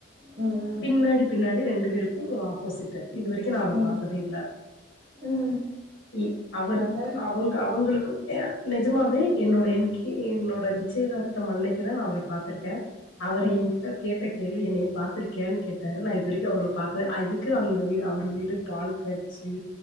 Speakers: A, on the right (about 40°); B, on the left (about 85°).
A: ம்
B: பின்னாடி பின்னாடி ரெண் டு பேருக்கு ஆப்போசிட் டு இது வரைக்கு நா அவர
A: ம் ம்
B: பாத்ததே இல்ல
A: ம்
B: இ அவரு
A: அட
B: கவங்க அவுங்களுக் கு நெஜமாவே என்னோட இன்கி எங்ளோட நிச்சயதார்த்தம் அன்னக்கி தா அவர பாத்துருக்கே அவர்
A: ம்
B: எங்கிட்ட கேட்ட கேள்வி என்னைய பாத்துருக்கியானு கேட்டாரு நா இது வரைக்கு அவர பாக்கல அ இது க்கு அந்த வீ அவரு வீடு பால் காச்சி